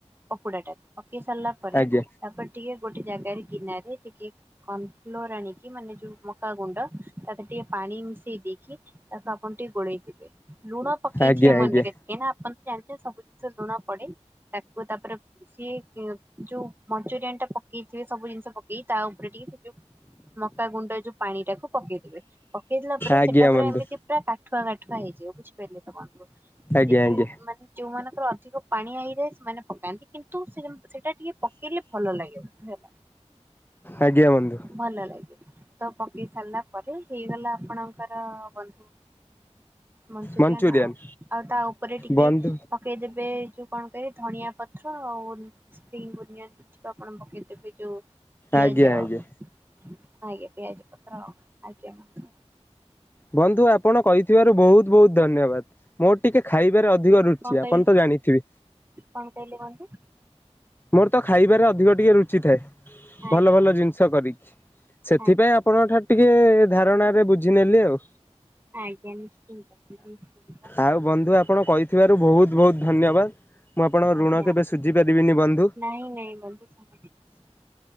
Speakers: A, on the right (about 20°); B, on the left (about 20°).
A: ପକୋଡାଟା କୁ ପକେଇ ସାରିଲା ପରେ
B: ଆଜ୍ଞା
A: ତା ପରେ ଟିକେ ଗୋଟେ ଜାଗାରେ ଗିନାରେ ଟିକେ କନ ଫ୍ଲୋର ଆଣିକି ମାନେ ଯୋଉ ମକା ଗୁଣ୍ଡ ତା ଟିକେ ପାଣି ମିଶେଇ ଦେଇକି ତାକୁ ଆପଣ ଟିକେ ଗୋଳେଇଦେବେ ଲୁଣ ପକେଇଥିବେ
B: ଆଜ୍ଞା
A: ମନେକରି
B: ଆଜ୍ଞା
A: କାଇଁ ନା ଆପଣ ତ ଜାଣିଥିବେ ସବୁ ଜିନିଷ ରେ ଲୁଣ ପଡେ ତାକୁ ତା ପରେ ସିଏ ଯୋଉ ମଞ୍ଚୁରିଆନ ଟା ପକେଇଥିବେ ସବୁ ଜିନିଷ ପକେଇ ତା ଉପରେ ଟିକେ ସେ ଯୋଉ ମକା ଗୁଣ୍ଡ ଯୋଉ ପାଣି ଟାକୁ ପକେଇଦେବେ ପକେଇଦଲା ପରେ
B: ଆଜ୍ଞା
A: ସେଟା ପୁରା
B: ବନ୍ଧୁ
A: ଏମିତି ପୁରା କାଠୁଆ କାଠୁଆ ହେଇଯିବ। ବୁଝିପାରିଲେ ତମ ସେ
B: ଆଜ୍ଞା
A: ଯଦି
B: ଆଜ୍ଞା
A: ମାନେ ଯୋଉମାନଙ୍କର ଅଧିକ ପାଣିଆ ହେଇଯାଏ ସେମାନେ ପକାନ୍ତି କିନ୍ତୁ ସେ ସେଟା ଟିକେ ପକେଇଲେ ଭଲ ଲାଗିବ ବୁଝି ହେଲା?
B: ଆଜ୍ଞା ବନ୍ଧୁ
A: ଭଲ ଲାଗେ ତ ପକେଇ ସାରିଲା ପରେ ହେଇଗଲା ଆପଣଙ୍କର ବନ୍ଧୁ? ମଞ୍ଚୁରିଆନ
B: ମଞ୍ଚୁରିଆନ୍
A: ଆଉ ଆଉ ତା ଉପରେ ଟିକେ
B: ବନ୍ଧୁ
A: ପକେଇଦେବେ ଏ ଯୋଉ କଣ କହିବେ ଧଣିଆ ପତ୍ର ଆଉ ସ୍ପିନ୍ ଓନିଓନ କିଛି ଟା ଆପଣ ପକେଇ ଦେବେ ଯୋଉ ପିଆଜ
B: ଆଜ୍ଞା
A: ଆଜ୍ଞା
B: ଆଜ୍ଞା
A: ପିଆଜ ପତ୍ର ଆଜ୍ଞା।
B: ବନ୍ଧୁ ଆପଣ କହିଥିବାରୁ ବହୁତ ବହୁତ ଧନ୍ୟବାଦ। ମୋର। ଟିକେ ଖାଇବାରେ ଅଧିକ ରୁଚି
A: କଣ
B: ଆପଣ
A: କହିଲେ?
B: ତ ଜାଣିଥିବେ?
A: କଣ କହିଲେ କୁହନ୍ତୁ
B: ମୋର ତ ଖାଇବାରେ ଅଧିକ ଟିକେ ରୁଚି ଥାଏ। ଭଲ
A: ଆଜ୍ଞା
B: ଭଲ ଜିନିଷ କରିକି। ସେଥିପାଇଁ
A: ଆଜ୍ଞା
B: ଆପଣଙ୍କ ଠାରୁ ଟିକିେ ଧାରଣାରେ ବୁଝିିନେଲି ଆଉ।
A: ଆଜ୍ଞା ନିଶ୍ଚିନ୍ତ। ନିଶ୍ଚିନ୍ତ
B: ଆଉ ବନ୍ଧୁ ଆପଣ କହିଥିବାରୁ ବହୁତ ବହୁତ ଧନ୍ୟବାଦ। ମୁଁ ଆପଣଙ୍କ ଋଣ
A: ଆଜ୍ଞା
B: କେବେ
A: ଆଜ୍ଞା
B: ସୁଝିପାରିବିନି ବନ୍ଧୁ।
A: ନାଇଁ ନାଇଁ ବନ୍ଧୁ।
B: ହଁ।